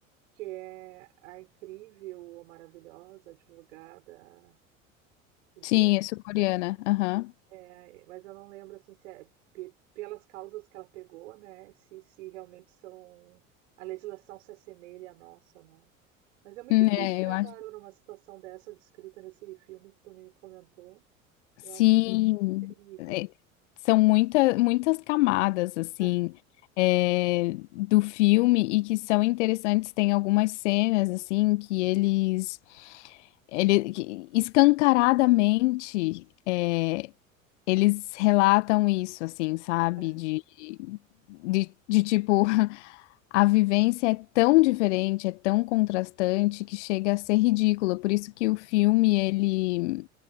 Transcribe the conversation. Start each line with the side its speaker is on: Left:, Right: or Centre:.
Right: que é a incrível, a maravilhosa advogada Vu.
Left: Sim, é sul-coreana. Aham.
Right: É, mas eu não lembro assim se é pe- pelas causas que ela pegou, né? Se, se realmente são a legislação se assemelha à nossa ou não. Mas é muito
Left: Hum,
Right: triste,
Left: É,
Right: né,
Left: eu acho.
Right: Bárbara, uma situação dessa descrita nesse filme que tu me comentou.
Left: Sim,
Right: Eu acho terrível.
Left: é, são muita, muitas camadas assim
Right: Aham,
Left: é, do filme e que são interessantes. Tem algumas cenas assim que eles, ele, que escancaradamente é, eles relatam isso, assim, sabe?
Right: aham,
Left: De, de, de tipo <laughs> a vivência é tão diferente, é tão contrastante que chega a ser ridícula. Por isso que o filme ele